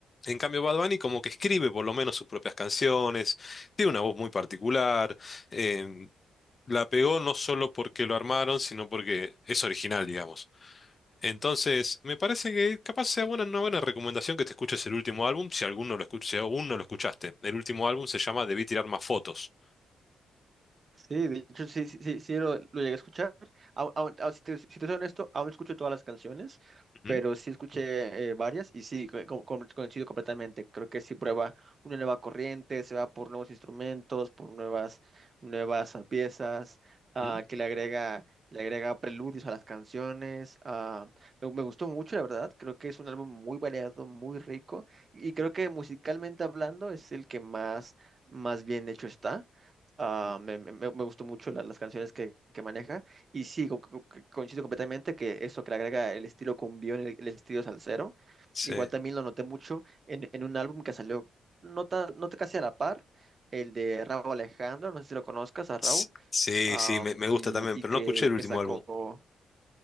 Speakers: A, on the left (about 35°); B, on the right (about 45°).
A: En cambio, Bad Bunny como que escribe por lo menos sus propias canciones, tiene una voz muy particular, em, la pegó no solo porque lo armaron, sino porque es original, digamos. Entonces, me parece que capaz sea buena, una buena recomendación que te escuches el último álbum, si alguno lo escuch- si aún no lo escuchaste. El último álbum se llama Debí tirar más fotos.
B: Sí, de hecho, sí, sí, sí, sí lo, lo llegué a escuchar. Aún- aún- aún- si te, si te soy honesto, aún no escucho todas las canciones,
A: Ujú,
B: pero sí escuché eh, varias y sí, co- co- con- coincido completamente. Creo que sí prueba una nueva corriente, se va por nuevos instrumentos, por nuevas, nuevas ah, piezas, ah,
A: ujú,
B: que le agrega, le agrega preludios a las canciones. ah, me, me gustó mucho, la verdad. Creo que es un álbum muy variado, muy rico y creo que musicalmente hablando es el que más, más bien hecho está. Ah,
A: ujú.
B: me, me- me- me gustó mucho la- las canciones que, que maneja. Y sí, co- co- co- coincido completamente que eso que le agrega el estilo cumbión, el, el estilo salsero.
A: Sí,
B: Igual también lo noté mucho en, en un álbum que salió no, ta- no casi a la par, el de Rauw Alejandro. No sé si lo conozcas a Rauw
A: S- sí,
B: am,
A: sí, me, me gusta
B: y,
A: también,
B: y
A: pero
B: que,
A: no escuché el último
B: que sacó...
A: álbum.